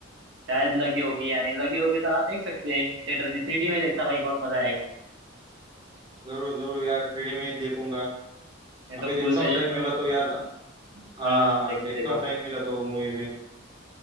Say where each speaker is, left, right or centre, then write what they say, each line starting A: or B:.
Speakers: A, on the right (about 65°); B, on the right (about 25°).
A: शायद लगी होगी या नहीं लगी होगी तो आप देख सकते हैं थिएटर में थ्री डी में देखना भाई बहुत मजा आएगा
B: जरूर जरूर यार थ्री डी में ही देखूंगा
A: मैं
B: अभी
A: तो
B: देखता
A: फुल सजेस्ट
B: हूँ टाइम
A: करूँ
B: मिला तो यार हाँ
A: हाँ
B: हाँ हाँ
A: देखो
B: देखता
A: देखो
B: हूँ टाइम मिला तो मूवी में